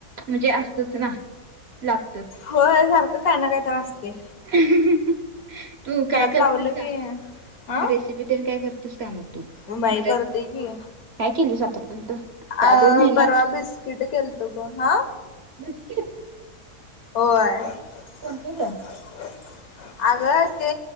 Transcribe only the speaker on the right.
म्हणजे असतच ना, लागत,
<unintelligible> तू काय
करतेस का,
रेसिपी तेन काय करतेस, का मग तू?
मदत
काय केलंस आतापर्यंत, ह्या
दोन महिन्यात
बिस्कीट,
कोणते ग,